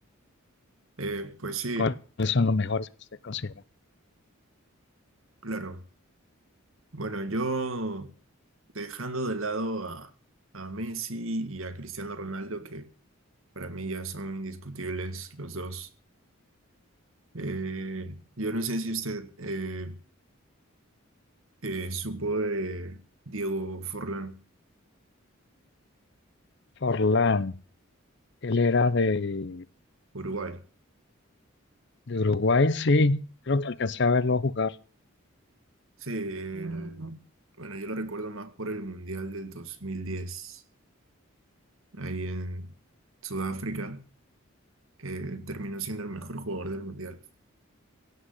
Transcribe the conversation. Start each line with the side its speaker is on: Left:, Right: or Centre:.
Right: Eh, pues sí,
Left: ¿Cuáles son los mejores que usted considera?
Right: claro. Bueno, yo dejando de lado a, a Messi y a Cristiano Ronaldo, que para mí ya son indiscutibles los dos. Eh, yo no sé si usted eh, eh, supo de Diego Forlán,
Left: Forlán, él era de,
Right: Uruguay.
Left: de Uruguay, sí, creo que alcancé a verlo jugar
Right: Sí, el- Ujú. bueno, yo lo recuerdo más por el Mundial del 2010, ahí en Sudáfrica, que terminó siendo el mejor jugador del Mundial.